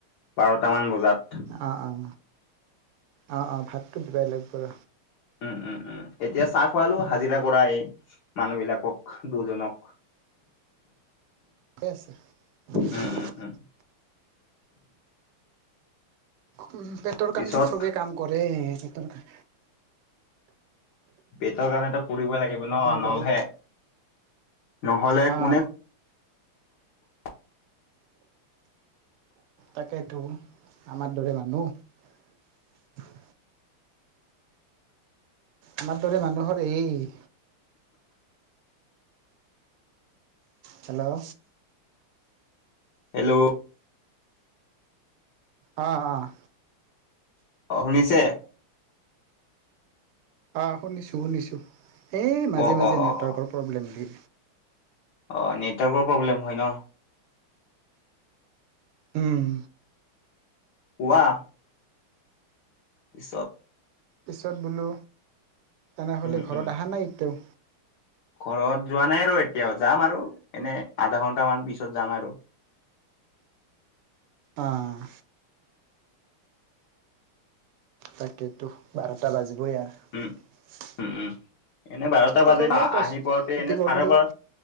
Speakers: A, on the left; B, on the right.
A: বাৰটামান বজাত।
B: অঁ, অঁ। অঁ, অঁ, ভাতটো দিবাই লাগিব ৰ।
A: উম উম উম, এতিয়া চাহ খোৱালো হাজিৰা কৰা এই মানুহ বিলাকক, দুজনক। <inaudible>
B: <inaudible>
A: উম উম উম
B: উ পেটৰ
A: পিছত
B: কানি চবেই কাম কৰে পেটৰ ক
A: বেটৰ কাৰণ তো পুৰিবই লাগিব নলহে
B: কৰে
A: নহ'লে
B: অ
A: কোনে <inaudible>
B: তাকেইতো আমাৰ দৰে মানুহ। আমাৰ দৰে মানুহৰ এই। হেল্ল'?
A: হেল্ল'?
B: অঁ, অঁ।
A: অঁ, শুনিছে?
B: আহ শুনিছো শুনিছো, এই মাজে
A: অ
B: মাজে
A: অ
B: নেটৱৰ্কৰ
A: অ অ
B: প্ৰব্লেম দিয়ে।
A: অ' নেটৱৰ্কৰ প্ৰব্লেম হয় ন?
B: উম
A: ৱাহ। বিচত।
B: পিছত বোলো, তেনেহলে
A: উম
B: ঘৰত
A: উম
B: অহা নাই এতিও।
A: ঘৰত যোৱা নাই ৰ এতিয়াও যাম আৰু, এনে আধা ঘন্টামান পিছত যাম আৰু।
B: অ'। তাকেইতো বাৰটা বাজিবই আৰু।
A: উম উম উম এনে বাৰটা
B: খেতি
A: বাজি
B: কৰিলেও
A: আহি
B: কষ্ট
A: পোৱাতে
B: খেতি
A: এনে
B: কৰিলেও
A: চাৰে বাৰ